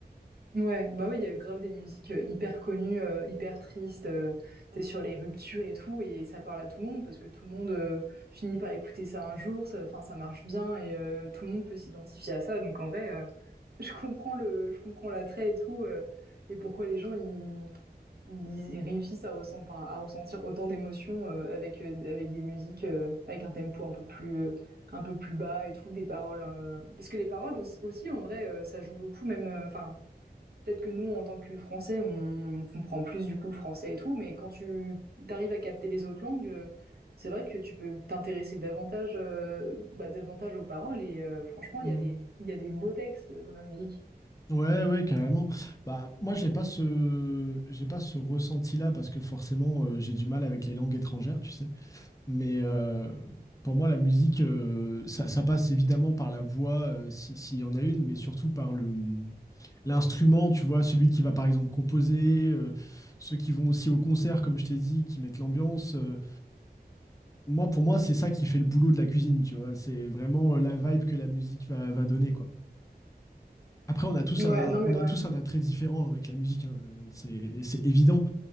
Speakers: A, on the right; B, on the left.
A: Ouais, bah oui, il y a grave des musiques, heu, hyper connues, heu, hyper tristes, heu, tu sur les ruptures et tout et ça parle à tout le monde parce que tout le monde, heu, finit par écouter ça un jour, ça enfin ça marche bien et heu, tout le monde peut s'identifier à ça donc en vrai, heu, <laughs> je comprends le je comprends l'attrait et tout, heu et pourquoi les gens ils ils réussissent à ressen enfin à ressentir autant d'émotions, heu, avec, heu, avec des musiques, heu, avec un tempo un peu plus, heu, un peu plus bas et tout, des paroles, heu parce que les paroles aussi en vrai, heu, ça joue beaucoup même, euh, enfin peut-être que nous, en tant que Français, on comprend plus du coup le français et tout, mais quand tu arrives à capter les autres langues, euh, c'est vrai que tu peux t'intéresser davantage, euh, bah, davantage aux paroles et euh, franchement,
B: Mm.
A: il y a des, il y a des beaux textes dans la musique.
B: Ouais, ouais, carrément. Bah, moi, j'ai pas ce, j'ai pas ce ressenti-là parce que forcément, euh, j'ai du mal avec les langues étrangères, tu sais. Mais euh, pour moi, la musique, euh, ça, ça passe évidemment par la voix, euh, si- s'il y en a une, mais surtout par le l'instrument, tu vois, celui qui va par exemple composer, euh, ceux qui vont aussi au concert, comme je t'ai dit, qui mettent l'ambiance. euh. moi, pour moi, c'est ça qui fait le boulot de la cuisine, tu vois. C'est vraiment euh, la vibe que la musique va, va donner, quoi. Après, on a tous
A: Ouais,
B: un,
A: non mais
B: on a
A: ouais.
B: tous un attrait différent avec la musique, hein. C'est, c'est évident.